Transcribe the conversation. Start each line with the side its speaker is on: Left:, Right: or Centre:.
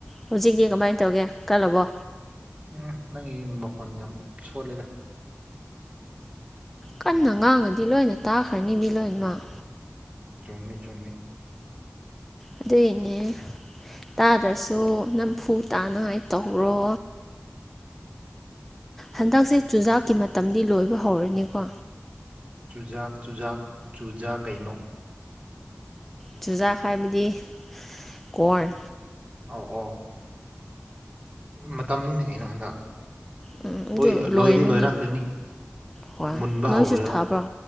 Centre: ꯍꯧꯖꯤꯛꯇꯤ ꯀꯃꯥꯏꯅ ꯇꯧꯒꯦ ꯀꯜꯂꯕꯣ
Right: ꯎꯝ ꯅꯪꯒꯤ ꯃꯈꯣꯟ ꯌꯥꯝ ꯁꯣꯂꯦꯗ
Centre: ꯀꯟꯅ ꯉꯥꯡꯉꯗꯤ ꯂꯣꯏꯅ ꯇꯥꯈ꯭ꯔꯅꯤꯅꯤ ꯂꯣꯏꯅꯃꯛ
Right: ꯆꯨꯝꯅꯤ ꯆꯨꯝꯅꯤ
Centre: ꯑꯗꯨꯏꯅꯦ ꯇꯥꯗ꯭ꯔꯁꯨ ꯅꯝꯐꯨ ꯇꯥꯅꯉꯥꯏ ꯇꯧꯔꯣ ꯍꯟꯗꯛꯁꯦ ꯆꯨꯖꯥꯛꯀꯤ ꯃꯇꯝꯗꯤ ꯂꯣꯏꯕ ꯍꯧꯔꯅꯤꯀꯣ
Right: ꯆꯨꯖꯥꯛ ꯆꯨꯖꯥꯛ ꯆꯨꯖꯥꯛ ꯀꯩꯅꯣ
Centre: ꯆꯨꯖꯥꯛ ꯍꯥꯏꯕꯗꯤ ꯀꯣꯔ
Right: ꯑꯧ ꯑꯧ ꯃꯇꯝꯅꯤꯅ ꯀꯩꯅꯣ ꯍꯟꯗꯛ
Centre: ꯎꯝ
Right: ꯍꯣꯏ
Centre: ꯑꯗꯨ
Right: ꯂꯣꯏꯗꯤ
Centre: ꯂꯣꯏꯔꯅꯤ
Right: ꯂꯣꯏꯔꯥꯛꯈ꯭ꯔꯅꯤ
Centre: ꯍꯣꯏ
Right: ꯃꯨꯟꯕ
Centre: ꯅꯣꯏꯁꯨ
Right: ꯍꯧꯈ꯭ꯔꯦꯕꯥ
Centre: ꯊꯥꯕ꯭ꯔꯣ